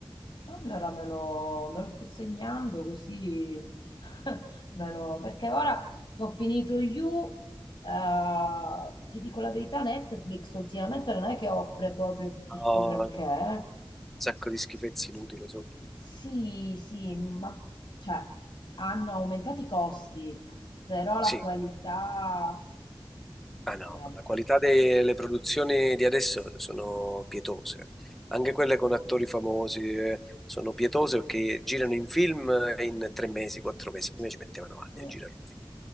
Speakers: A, on the left; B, in the centre.
A: Allora me lo, me lo sto segnando così <laughs> me lo- perché ora che ho finito You, eh, ti dico la verità, Netflix ultimamente non è che offre proprio tutto
B: No,
A: sto granché,
B: un
A: eh.
B: sacco di schifezze inutili sotto.
A: Sì, sì, ma cioè, hanno aumentato i costi, però la
B: Sì,
A: qualità
B: Ah no,
A: non
B: ma la qualità delle produzioni di adesso sono pietose, anche quelle con attori famosi eh, sono pietose perché girano in film in tre mesi, quattro mesi, prima ci mettevano anni
A: è...
B: a girare un film.